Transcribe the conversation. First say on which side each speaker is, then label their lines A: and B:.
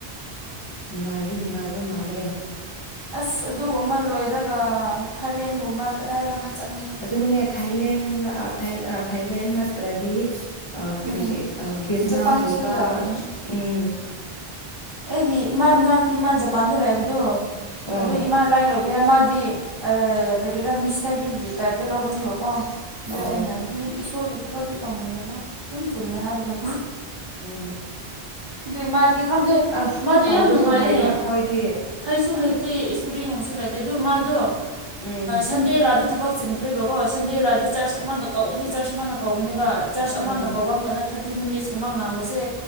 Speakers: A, on the left; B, on the right.
A: ꯅꯨꯡꯉꯥꯏꯗꯤ ꯅꯨꯡꯉꯥꯏꯕ ꯃꯥꯜꯂꯦ
B: ꯑꯁ ꯑꯗꯨꯒꯨꯝꯕ ꯂꯣꯏꯔꯒ ꯊꯥꯂꯦꯟꯒꯨꯝꯕ ꯀꯗꯥꯏꯗ ꯆꯠꯅꯤꯡꯉꯤ
A: ꯑꯗꯨꯕꯨꯅꯦ ꯊꯥꯏꯂꯦꯟ ꯊꯥꯏꯂꯦꯟ ꯅꯠꯇ꯭ꯔꯗꯤ ꯑꯥ ꯀꯔꯤ
B: ꯎꯝ
A: ꯕ‌ꯦꯠꯅꯥꯝꯒꯨꯝꯕꯥ
B: ꯖꯄꯥꯟꯁꯨ ꯌꯥꯕꯅꯤ
A: ꯎꯝ
B: ꯑꯩꯒꯤ ꯏꯃꯥ ꯃꯅꯥꯛꯇ ꯏꯃꯥ ꯖꯄꯥꯟꯗ ꯂꯥꯛꯏꯕꯗꯣ
A: ꯑꯣ
B: ꯑꯗꯨ ꯏꯃꯥ ꯂꯥꯏꯅ ꯂꯧꯕꯤ ꯌꯥꯏ ꯃꯥꯗꯤ ꯑꯥ ꯀꯔꯤꯔꯥ ꯃꯤꯁꯅꯔꯤꯒꯤ ꯇꯥꯏꯞꯇ ꯂꯧꯕꯅꯦꯕꯀꯣ ꯀꯣ ꯑꯗꯨꯗ
A: ꯑꯣ
B: ꯑꯩꯅꯗꯤ ꯏꯁꯣꯔꯒꯤ ꯊꯕꯛꯇꯤ ꯇꯧꯅꯤꯡꯗꯒ ꯑꯗꯨꯨꯝ ꯆꯨꯝꯅ ꯍꯥꯏꯕꯗꯣ
A: ꯎꯝ
B: ꯑꯗꯨꯗꯤ ꯃꯥꯗꯤ ꯈꯪꯗꯦ
A: ꯑꯁ
B: ꯃꯥꯗꯨ
A: ꯇꯥꯎꯕꯁꯨ
B: ꯌꯥꯝ ꯅꯨꯡꯉꯥꯏꯌꯦ
A: ꯍꯩꯔꯣꯏ ꯑꯩꯈꯣꯏꯗꯤ
B: ꯍꯩꯁꯨ ꯍꯩ ꯇ‌ꯦ ꯏꯁꯄꯔꯤ <unintelligible> ꯂꯩꯇꯦ ꯑꯗꯨ ꯃꯥꯗꯣ
A: ꯎꯝ
B: ꯁꯟꯗꯦ ꯊꯕꯛ ꯆꯤꯡꯈ꯭ꯔꯤꯕꯀꯣ ꯁꯟꯗꯦ ꯂꯥꯛꯑꯗꯤ ꯆꯔꯆ ꯑꯃꯅ ꯀꯧꯕꯅꯤ ꯆꯔꯆ ꯑꯃꯅ ꯀꯧꯕꯅꯤꯕ ꯆꯔꯆ ꯑꯃꯅ
A: ꯎꯝ
B: ꯀꯧꯕ ꯑꯃꯝꯇꯅ ꯊꯥꯔꯇꯤ ꯃꯤꯅꯤꯠꯁꯀꯨꯝꯕ ꯉꯥꯡꯕꯁꯦ